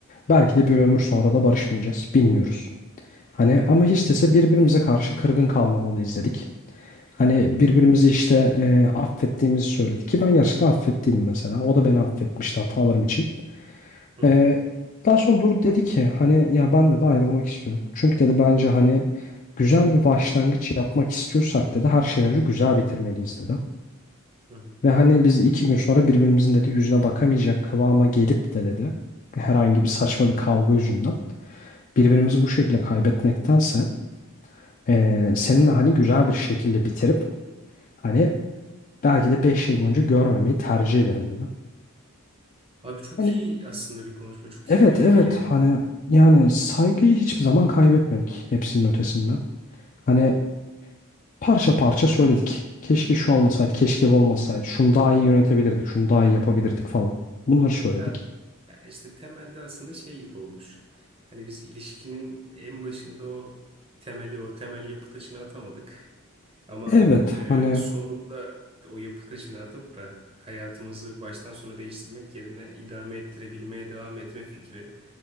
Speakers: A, on the left; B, on the right.
A: Belki de bir ömür sonra da barışmayacağız. Bilmiyoruz. Hani
B: Ben
A: ama
B: bir...
A: hiç dese birbirimize karşı kırgın kalmamalıyız dedik. Hani
B: Hı hı.
A: birbirimizi işte e, affettiğimizi söyledik ki ben gerçekten affettiydim mesela. O da beni affetmişti hatalarım için.
B: Hı hı.
A: E, daha sonra Dur dedi ki hani ya ben de de ayrılmak istiyorum. Çünkü dedi bence hani güzel bir başlangıç yapmak istiyorsak dedi her şeyden önce güzel bitirmeliyiz dedi.
B: Hı hı.
A: Ve hani biz iki gün sonra birbirimizin dedi yüzüne bakamayacak kıvama gelip de dedi herhangi bir saçma bir kavga yüzünden birbirimizi bu şekilde kaybetmektense eee, seninle hani güzel bir şekilde bitirip hani belki de 5 yıl boyunca görmemeyi tercih ederim dedi.
B: Abi çok
A: Hani
B: iyi aslında bir konuşma, çok
A: evet
B: iyi bir fikir
A: evet
B: yani.
A: hani yani saygıyı hiçbir zaman kaybetmedik hepsinin ötesinde. Hani parça parça söyledik. Keşke şu olmasaydı, keşke bu olmasaydı. Şunu daha iyi yönetebilirdik, şunu daha iyi yapabilirdik falan. Bunları söyledik.
B: Ya, ya işte temelde aslında şey gibi olmuş. Hani biz ilişkinin en başında o temeli, o temel yapı taşını atamadık. Ama
A: Evet
B: e,
A: hani
B: sonunda o yapı taşını atıp da hayatımızı baştan sona değiştirmek yerine idame ettirebilmeye devam etme fikrini